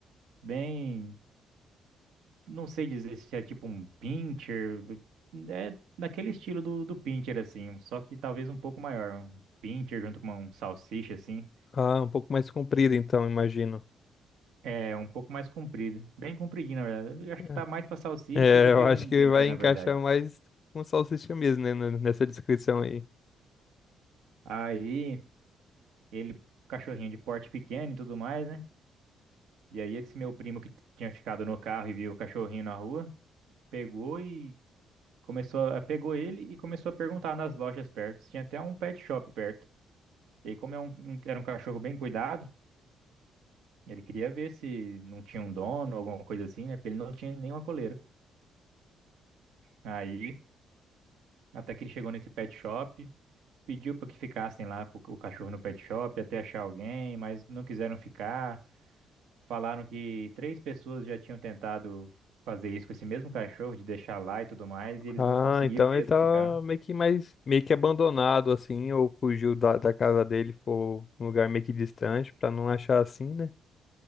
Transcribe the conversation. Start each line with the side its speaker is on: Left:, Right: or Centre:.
Right: bem não sei dizer se é tipo um pincher, é naquele estilo do, do pincher, assim, só que talvez um pouco maior. Um pincher junto com uma- um salsicha, assim,
Left: Ah, um pouco mais comprida, então, imagino.
Right: é um pouco mais comprido, bem compridinho, na verdade. Eu acho que
Left: É,
Right: tá mais pra salsicha
Left: É,
Right: do que
Left: eu acho
Right: um
Left: que
Right: pincher,
Left: vai
Right: na
Left: encaixar
Right: verdade.
Left: mais com salsicha mesmo, né, n- nessa descrição aí.
Right: Aí, ele, cachorrinho de porte pequeno e tudo mais, né? E aí, esse meu primo que t- tinha ficado no carro e viu o cachorrinho na rua, pegou e começou a, pegou ele e começou a perguntar nas lojas perto. Tinha até um pet shop perto. E aí, como é um, um- era um cachorro bem cuidado, ele queria ver se não tinha um dono, alguma coisa assim, né? Porque ele não tinha nenhuma coleira. Aí, até que ele chegou nesse pet shop, pediu para que ficassem lá com o cachorro no pet shop até achar alguém, mas não quiseram ficar. Falaram que três pessoas já tinham tentado fazer isso com esse mesmo cachorro, de deixar lá e tudo mais, e eles
Left: Ah,
Right: não conseguiam
Left: então
Right: mesmo
Left: ele tá
Right: ficar.
Left: meio que mais meio que abandonado assim, ou fugiu da, da casa dele, ficou num lugar meio que distante pra não achar assim, né?